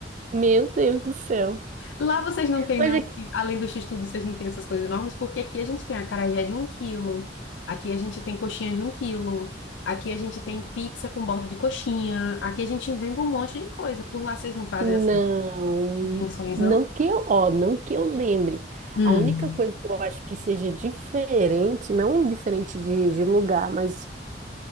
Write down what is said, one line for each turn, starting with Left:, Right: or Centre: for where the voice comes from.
Right: Meu Deus do céu.
Left: Lá vocês não têm,
Right: Mas
Left: não,
Right: é que...
Left: assim, além do x-tudo, vocês não têm essas coisas enormes, porque aqui a gente tem acarajé de um quilo, aqui a gente tem coxinha de um quilo, aqui a gente tem pizza com borda de coxinha, aqui a gente inventa um monte de coisa. Por lá vocês não fazem
Right: Não,
Left: essas invenções,
Right: não
Left: não?
Right: que eu, ó, não que eu lembre.
Left: Hum.
Right: A única coisa que eu acho que seja diferente, não diferente de, de lugar, mas